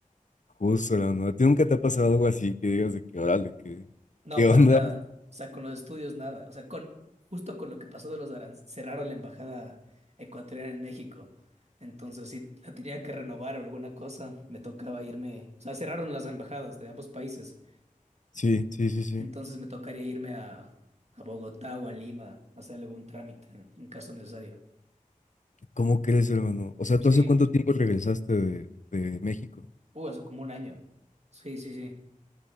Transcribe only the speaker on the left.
Justo, ¿no? ¿A ti nunca te ha pasado algo así que digas de que, órale, qué,
qué
onda?
Sí, sí, sí, sí.
¿Cómo crees, hermano? O sea,
¿tú hace cuánto tiempo regresaste de, de México?